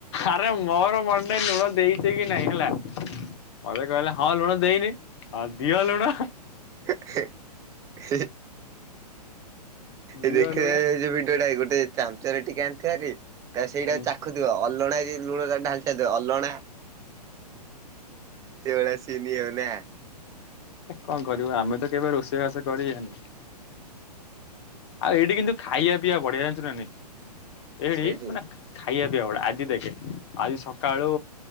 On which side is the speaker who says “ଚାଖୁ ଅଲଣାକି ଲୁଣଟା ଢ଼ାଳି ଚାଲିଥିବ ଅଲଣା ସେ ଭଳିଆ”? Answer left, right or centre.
Right